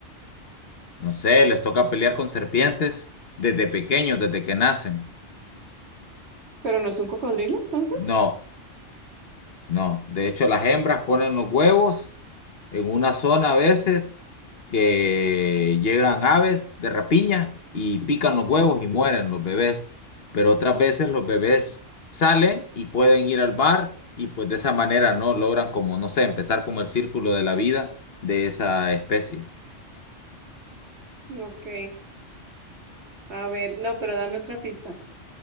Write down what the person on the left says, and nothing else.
no sé, les toca pelear con serpientes desde pequeños, desde que nacen.
No, no. De hecho, las hembras ponen los huevos. en una zona a veces que llegan aves de rapiña y pican los huevos y mueren los bebés, pero otras veces los bebés salen y pueden ir al bar y pues de esa manera no logran como, no sé, empezar como el círculo de la vida de esa especie.